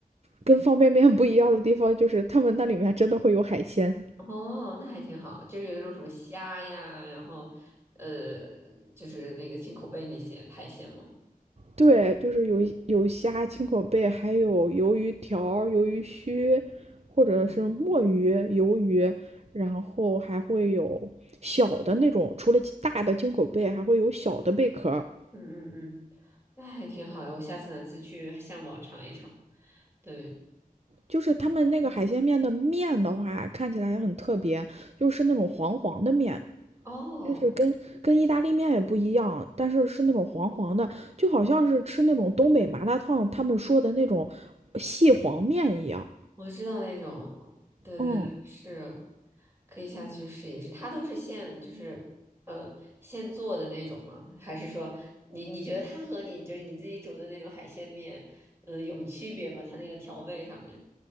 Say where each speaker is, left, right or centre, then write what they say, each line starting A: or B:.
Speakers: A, on the right (about 45°); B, on the right (about 15°).
A: 跟方便面不一样的地方，就是他们那里面真的会有海鲜。
B: 哦，那还挺好，就是有一种什么虾呀，然后呃，就是那个青口贝那些海鲜嘛。
A: 对，就是有有虾、青口贝，还有鱿鱼条、鱿鱼须，或者是墨鱼、
B: 嗯
A: 鱿鱼，然后还会有小的那种，除了大的青口贝，还会有小的贝壳。
B: 嗯嗯嗯，那还挺好呀，我下次哪次去相宝尝一尝。对，
A: 就是他们那个海鲜面的面的话，
B: 嗯，
A: 看起来也很特别，就是那种黄黄的面，
B: 哦。
A: 就是跟跟意大利面也不一样，但是是那种黄黄的，就好像是吃那种东北麻辣烫他们说的那种细黄面一样。
B: 我知道那种，对对对，
A: 嗯。
B: 是，可以下次去试一试。它都是现，就是，呃，现做的那种吗？还是说你你觉得它和你就是你自己煮的那种海鲜面，嗯、有区别吗？它那个调味上面，